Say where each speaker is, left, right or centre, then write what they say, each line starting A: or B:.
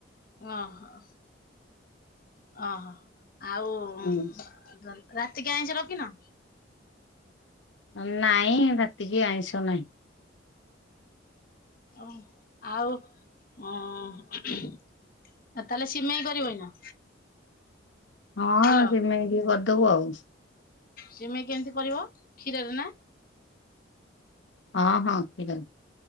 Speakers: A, on the left (about 50°); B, on the left (about 75°).
A: ଉଁହୋ, ଓହୋ, ଆଉ
B: ହୁଁ
A: ଅଁ, ତାଲ ରାତିକି ଆଇଁଷ ରଖିନ?
B: ଅ, ନାଇଁ ରାତିକି ଆଇଁଷ ନାହିଁ।
A: ଆଉ ଅଁ, ହଁ ଆ, ତାହେଲେ ସିମେଇ କରିବ ଏଇନା?
B: ହଁ
A: ହ୍ୟାଲୋ
B: ସିମେଇ ଟିକିଏ କରିଦବୁ ଆଉ।
A: ସିମେଇ କେମିତି କରିବ କ୍ଷୀରରେ ନା?
B: ଅଁ, ହଁ କ୍ଷୀରରେ।